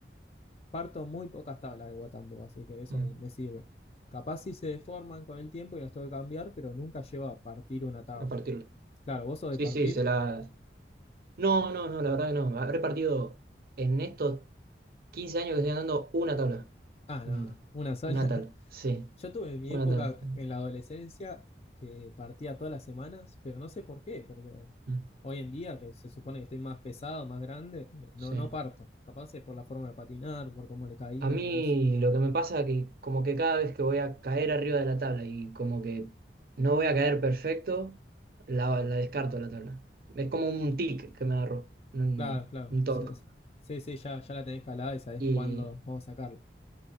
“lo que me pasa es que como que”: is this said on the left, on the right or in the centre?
Right